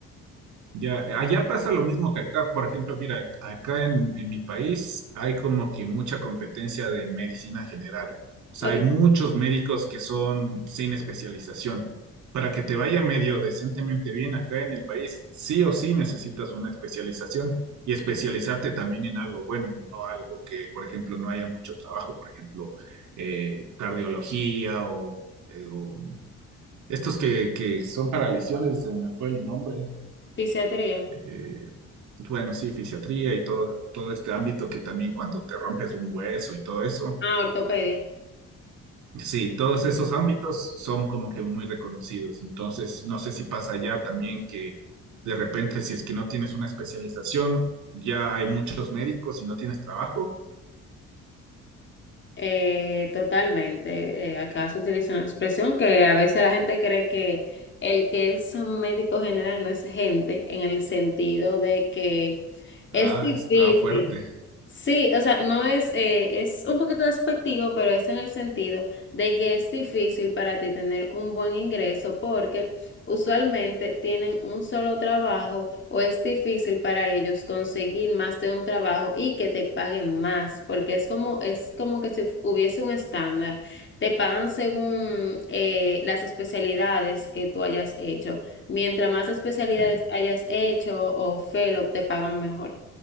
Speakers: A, on the right; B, on the left.
A: Ya, allá pasa lo mismo que acá. Por ejemplo, mira, acá en, en mi país hay como que mucha competencia de medicina general. O sea,
B: Ok,
A: hay muchos médicos que son sin especialización. Para que te vaya medio decentemente bien acá en el país, sí o sí necesitas una especialización y especializarte también en algo bueno, no algo que, por ejemplo, no haya mucho trabajo, por ejemplo, eh, cardiología o, eh, o estos que, que son para lesiones, se me fue el nombre
B: fisiatría.
A: eh, bueno, sí, fisiatría y todo, todo este ámbito que también cuando te rompes un hueso y todo eso.
B: Ah, ortopedia.
A: Sí, todos esos ámbitos son como que muy reconocidos. Entonces, no sé si pasa ya también que de repente, si es que no tienes una especialización, ya hay muchos médicos y no tienes trabajo.
B: Eh, totalmente. Eh, acá se utiliza una expresión que a veces la gente cree que el que es un médico general no es gente, en el sentido de que es
A: Ah,
B: difícil.
A: está fuerte.
B: Sí, o sea, no es, eh, es un poquito despectivo, pero es en el sentido de que es difícil para ti tener un buen ingreso porque Usualmente tienen un solo trabajo o es difícil para ellos conseguir más de un trabajo y que te paguen más, porque es como, es como que si hubiese un estándar. Te pagan según eh, las especialidades que tú hayas hecho. Mientras más especialidades
A: Sí,
B: hayas hecho o fellow, te pagan mejor.